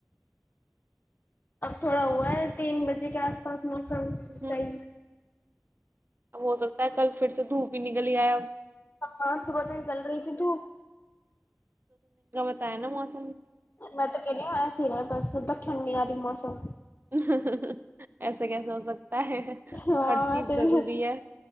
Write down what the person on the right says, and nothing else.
ہوں،
اب ہو سکتا ہے کل پھر سے دھوپ ہی نکل ہے اب
ہے نا م
ےبب کیسے ہو سکتا ہے
ہر چیز
ضروری
ہے